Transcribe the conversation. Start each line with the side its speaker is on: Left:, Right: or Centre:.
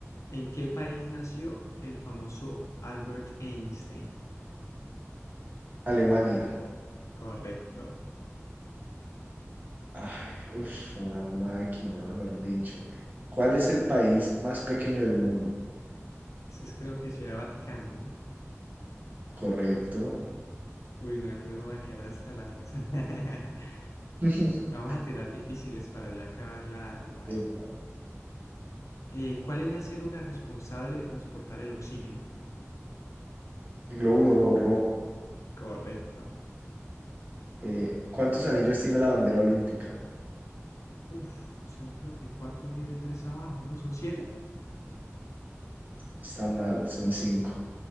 Left: ¿En qué país nació el famoso Albert Einstein?
Right: Alemania.
Left: Correcto.
Right: Ay, uf, una máquina, mejor dicho. ¿Cuál es el país más pequeño del mundo?
Left: Ese es creo que Ciudad Vaticano, ¿no?
Right: Correcto.
Left: Uy, no, aquí no nos va a quedar hasta las... <laughs>
Right: <laughs>
Left: Vamos a tirar difíciles para ya acabar la, la vaina.
Right: Epa,
Left: Eh, ¿cuál es la célula responsable de transportar el oxígeno?
Right: glóbulo ro- rojo.
Left: Correcto.
Right: Eh, ¿cuántos anillos tiene la bandera olímpica?
Left: Uf, son creo que cuatro arriba y tres abajo, ¿no? ¿Son siete?
Right: Está mal, son cinco.